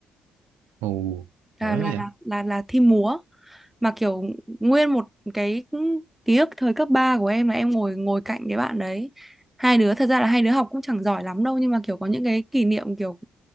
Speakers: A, on the right; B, in the centre.
A: ồ
B: là
A: giỏi
B: là
A: quá vậy
B: là là, là thi múa mà kiểu nguyên một cái ký ức thời cấp 3 của em là em ngồi ngồi cạnh cái bạn đấy hai đứa thật ra là hai đứa học cũng chẳng giỏi lắm đâu nhưng mà kiểu có những cái kỷ niệm kiểu